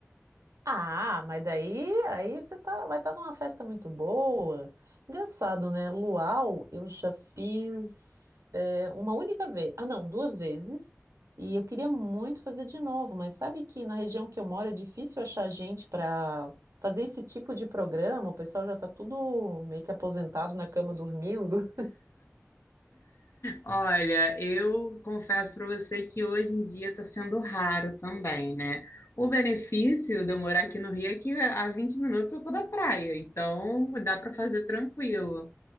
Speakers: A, on the right (about 85°); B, on the left (about 55°).
A: Ah, mas daí aí você tá, vai estar numa festa muito boa. Engraçado, né? Luau, eu já fiz é, uma única vez. Ah, não, duas vezes. E eu queria muito fazer de novo, mas sabe que na região que eu moro é difícil achar gente para fazer esse tipo de programa. O pessoal já está tudo meio que aposentado na cama dormindo.
B: Olha, eu confesso para você que hoje em dia está sendo raro também, né? O benefício de eu morar aqui no Rio é que a 20 minutos eu tô da praia, então dá para fazer tranquilo.